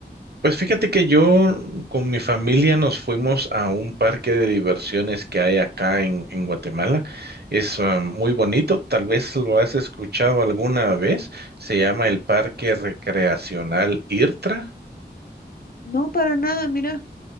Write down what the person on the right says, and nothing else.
Pues fíjate que yo mm, con mi familia nos fuimos a un parque de diversiones que hay acá en, en Guatemala. Es ah, muy bonito, tal vez lo has escuchado alguna vez. Se llama el Parque Recreacional IRTRA.